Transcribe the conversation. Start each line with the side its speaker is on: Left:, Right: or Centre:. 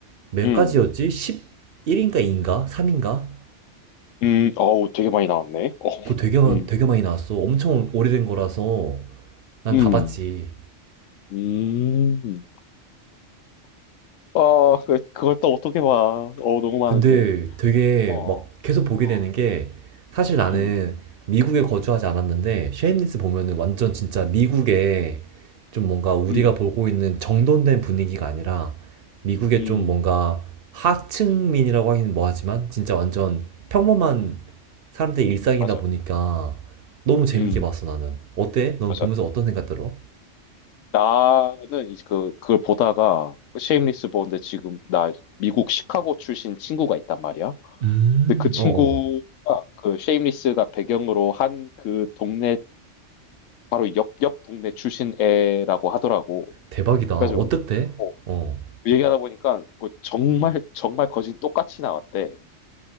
Right: 몇
Left: 음,
Right: 가지였지? 11인가 2인가? 3인가?
Left: 음, 어우, 되게 많이 나왔네. 어,
Right: 그거 되게,
Left: 음,
Right: 되게 많이 나왔어 엄청 오래된 거라서 난
Left: 음,
Right: 다 봤지
Left: 음. 어, 그, 그걸 또 어떻게 봐. 어, 너무 많은데.
Right: 근데 되게
Left: 어,
Right: 막 계속 보게
Left: 어,
Right: 되는 게 사실 나는
Left: 음,
Right: 미국에 거주하지
Left: 음,
Right: 않았는데 쉐임리스 보면은 완전 진짜 미국의 좀 뭔가 우리가
Left: 음,
Right: 보고 있는 정돈된 분위기가 아니라 미국의
Left: 음,
Right: 좀 뭔가 하층민이라고
Left: 음,
Right: 하긴 뭐하지만 진짜 완전
Left: 음,
Right: 평범한
Left: 음,
Right: 사람들의 일상이다
Left: 맞아.
Right: 보니까 너무 재밌게
Left: 음,
Right: 봤어 나는. 어때? 넌
Left: 맞아.
Right: 보면서 어떤 생각 들어?
Left: 나는 이제 그, 그걸 보다가 쉐임리스 보는데 지금 나 미국 시카고 출신 친구가 있단 말이야.
Right: 음,
Left: 근데 그 친구가
Right: 어어.
Left: 그 쉐임리스가 배경으로 한 그 동네 바로 옆, 옆 동네 출신 애라고 하더라고.
Right: 대박이다. 어땠대?
Left: 그래가지고 어,
Right: 어.
Left: 얘기하다 보니까 그 정말 정말 거진 똑같이 나왔대.